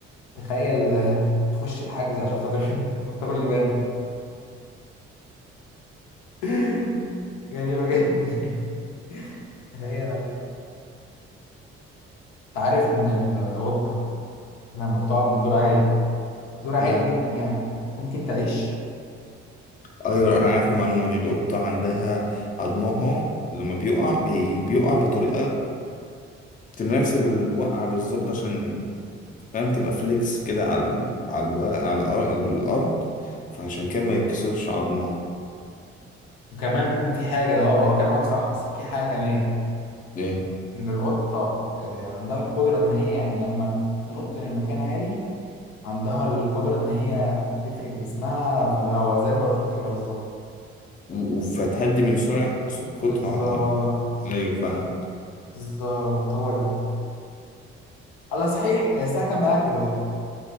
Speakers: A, on the left (about 80°); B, on the left (about 25°).
A: تخيل آه، تخش الحجز عشان خاطر <laughs> تاكل لبانة <laughs>
B: <laughs>
A: غريبة جدا يعني تخيلها دي انت عارف ان القطة لما بتقع من دور عالي دور عالي
B: امم
A: جدا يعني ممكن تعيش
B: ايوه انا عارف المعلومه دي القطه عندها عظمها لما بيقع بي... بيقع بطريقه تناسب الوقع بالظبط عشان فاهم تبقى فليكس كده على ال- على الوا- على الأر- الارض فعشان كده ما يتكسرش عظمها
A: وكمان في حاجة اه هو كلامك صح بس في حاجة كمان
B: ليه
A: ان القطة آه، عندها القدرة ان هي يعني لما تنط من مكان عالي عندها القدرة ان هي تفرد جسمها في الهواء زي باراشوت كده بالظبط
B: و- و- فتهدي من سرعة سقوطها
A: بالظبط
B: على الارض ايوه فاهم
A: بالظبط هو ده الله صحيح هي الساعة كام معاك دلوقتي